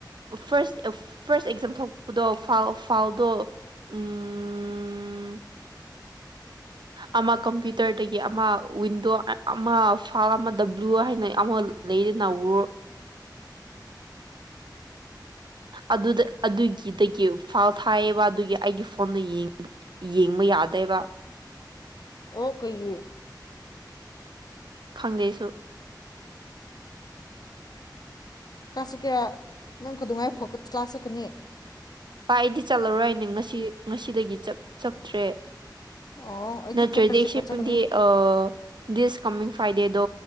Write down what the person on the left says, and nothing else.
ꯑꯣ ꯀꯩꯒꯤ
ꯀꯥ ꯆꯠꯀꯦꯔꯥ ꯅꯪ ꯀꯗꯉꯥꯏꯐꯥꯎ ꯀ꯭ꯂꯥꯁ ꯆꯠꯀꯅꯤ꯫
ꯑꯣ ꯑꯩꯗꯤ
ꯊꯥꯔꯁꯗꯦ
ꯐꯥꯎ ꯆꯠꯀꯅꯤ